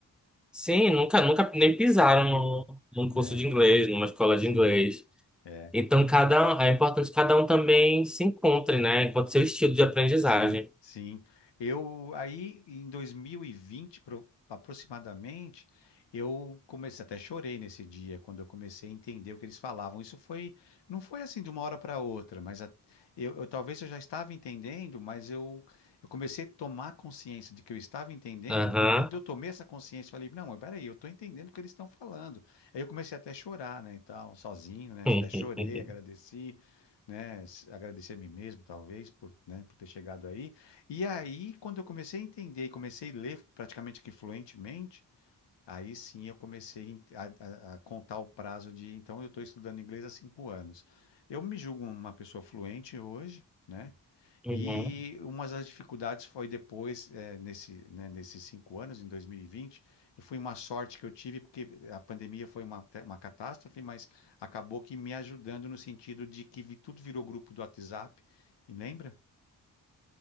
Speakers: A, in the centre; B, on the left.
A: sim, nunca, nunca nem pisaram num num
B: né?
A: curso de inglês, numa escola
B: Sim,
A: de inglês.
B: é.
A: Então, cada um, é importante que cada um também se encontre, né? Encontre seu estilo de aprendizagem.
B: Sim, sim. Eu aí em 2020, pro- aproximadamente, eu comecei, até chorei nesse dia quando eu comecei a entender o que eles falavam. Isso foi, não foi assim de uma hora para outra, mas a- eu, eu- talvez eu já estava entendendo, mas eu, eu comecei a tomar consciência de que eu estava entendendo,
A: Aham.
B: e quando eu tomei essa consciência, eu falei, não, mas peraí, eu estou entendendo o que eles estão falando. Aí eu comecei até a chorar, né, e tal, sozinho, né? Até
A: <laughs>
B: chorei, agradeci né, s- agradecer a mim mesmo, talvez, por, né, por ter chegado aí. E aí, quando eu comecei a entender e comecei a ler praticamente que fluentemente, aí sim eu comecei em- a, a- a contar o prazo de, então, eu estou estudando inglês há cinco anos. Eu me julgo uma pessoa fluente hoje, né?
A: Uhum.
B: E uma das dificuldades foi depois, eh, nesse, né, nesses cinco anos, em 2020, eu fui uma sorte que eu tive, porque a pandemia foi uma, te- uma catástrofe, mas acabou que me ajudando no sentido de que vi- tudo virou grupo do WhatsApp. E lembra?